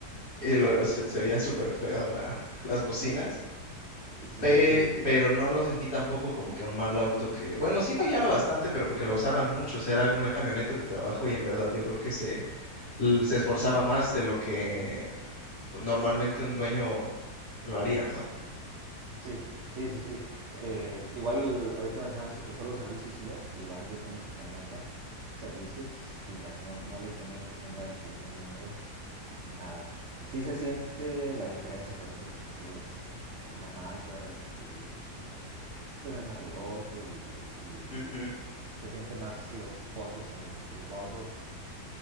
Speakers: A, on the left; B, on the right.
A: y lo-
B: sí,
A: se, se veía súper feo la- las bocinas,
B: sí,
A: Pe- pero no lo sentí tampoco como que un mal auto que, bueno, sí fallaba bastante, pero porque lo usaban mucho, o sea, era una camioneta de trabajo y en verdad yo creo que se l- se esforzaba más de lo que normalmente un dueño lo haría, ¿no?
B: sí, sí, sí, sí. Eh, igual ahorita mencionaste que solo servicios y ya. Igual yo con esta camioneta, servicios y ya. No, no le he tenido que cambiar absolutamente Nada. Sí se siente la diferencia, por ejemplo, si te subes en, en una Mazda y eh, pues es más ruidoso y, y-
A: Ujú,
B: y lo- se siente más los pozos en los bordos.